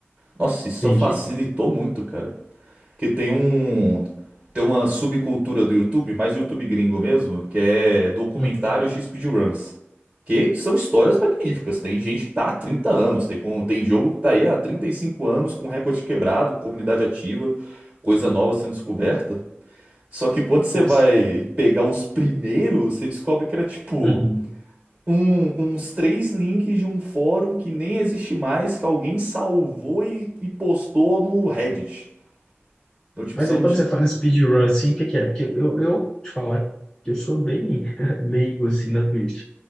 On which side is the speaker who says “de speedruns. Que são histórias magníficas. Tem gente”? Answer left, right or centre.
Right